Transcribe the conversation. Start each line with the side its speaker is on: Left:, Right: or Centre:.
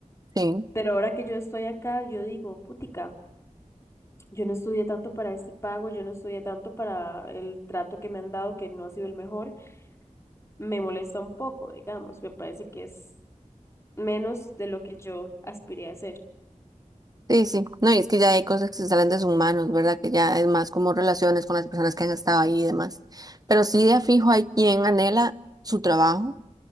Right: Sí,
Left: Pero ahora que yo estoy acá, yo digo, putica, yo no estudié tanto para este pago, yo no estudié tanto para el trato que me han dado, que no ha sido el mejor. Me molesta un poco, digamos, me parece que es menos de lo que yo aspiré a hacer.
Right: sí, sí. No, y es que ya hay cosas que se salen de sus manos, ¿verdad? Que ya es más como relaciones con las personas que han estado ahí y demás. Pero sí de a fijo hay quien anhela su trabajo